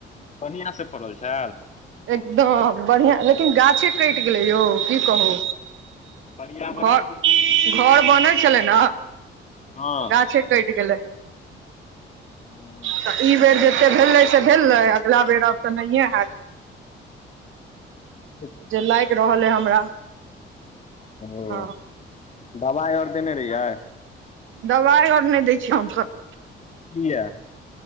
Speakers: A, on the left (about 35°); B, on the right (about 80°).
A: बढ़िआँ सँ फड़ल छैल
B: एकदम बढ़िआ लेकिन गाछे कैट गेलै यौ की कहू
A: पर्यावरण
B: घर घर बनेइ छलै नऽ
A: हँ
B: गाछे कइट गेलै
A: हुँ
B: तऽ ई बेर जते भेलै से भेलै अगिला बेर आब तऽ नहिए हैत
A: <inaudible>
B: जे लाइल रहल अइ हमरा
A: ओ
B: हँ
A: दबाइ अर देने रहियै
B: दबाइ अर नय दै छी हम सब
A: किया